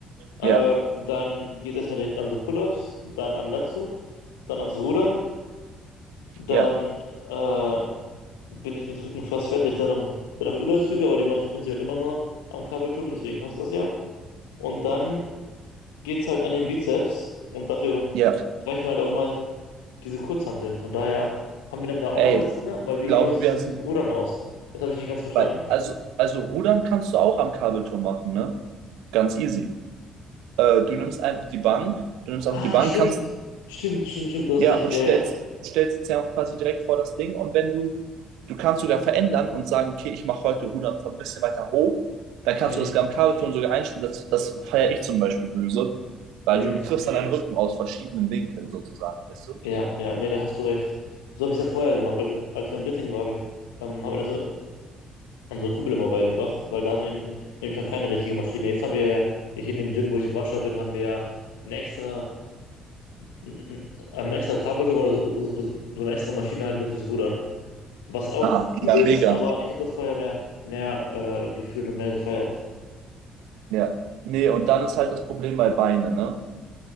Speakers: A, on the left; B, on the right.
A: Äh,
B: Ja,
A: dann geht es erstmal direkt an so Pull-ups, dann an Latzug, dann ans Rudern, dann
B: ja,
A: äh, bin ich mit Rücken fast fertig. Dann noch, dann noch Überzüge, aber die mache ich prinzipiell immer nur am Kabelturm, deswegen passt das ja. Und dann geht es halt an den Bizeps und dafür
B: ja.
A: reichen halt auch immer diese Kurzhanteln. Von daher haben wir dann da auch
B: Ey,
A: alles drin,
B: ich
A: weil wie
B: glaube,
A: genau sieht
B: wir
A: es jetzt
B: sind
A: mit dem Rudern aus? Das habe ich nicht ganz verstanden.
B: bei, also, also Rudern kannst du auch am Kabelturm machen, ne? Ganz easy. Äh, du nimmst einfach die Bank, du nimmst einfach
A: Ah,
B: die Bank,
A: stimmt.
B: kannst
A: Stimmt, stimmt, stimmt, du hast
B: Ja,
A: recht.
B: und
A: Ja,
B: stellst,
A: ja.
B: stellst ja auch quasi direkt vor das Ding. Und wenn du, du kannst sogar verändern und sagen, okay, ich mache heute Rudern von ein bisschen weiter hoch, dann kannst
A: Mhm.
B: du das am Kabelturnen sogar einstellen. Das, das feiere ich zum Beispiel böse, weil
A: Mhm.
B: du triffst dann einen Rücken aus verschiedenen Winkeln sozusagen, weißt du?
A: Ja, ja, nee, da hast du recht. So habe ich es ja vorher gemacht. Als, als wir in Göttingen waren, habe ich, ähm, hab mir das äh, an so einen Kumpel immer beigebracht, weil da hatten wir nämlich, n- nämlich noch keine richtige Maschine. Jetzt haben wir ja, hier in dem Gym, wo ich im Warschau bin, haben wir ja eine extra, n- n- einen extra Kabelturm oder so, so so so eine extra Maschine halt nur fürs Rudern. Was auch
B: Ah, ja,
A: cool ist,
B: mega.
A: aber ich habe das vorher mehr, mehr äh, gefühlt und mehr gefeiert.
B: Ja. Nee, und dann ist halt das Problem bei Beine, ne?